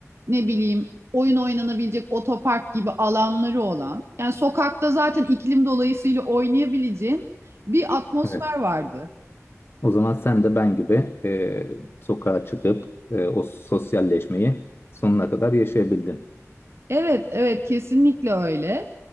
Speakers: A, on the right; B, on the left.
A: ne bileyim oyun oynanabilecek otopark gibi alanları olan. Yani sokakta zaten iklim dolayısıyla oynayabileceğin bir atmosfer
B: Evet.
A: vardı.
B: O zaman sen de ben gibi e, sokağa çıkıp e, o sosyalleşmeyi sonuna kadar yaşayabildin.
A: Evet, evet kesinlikle öyle.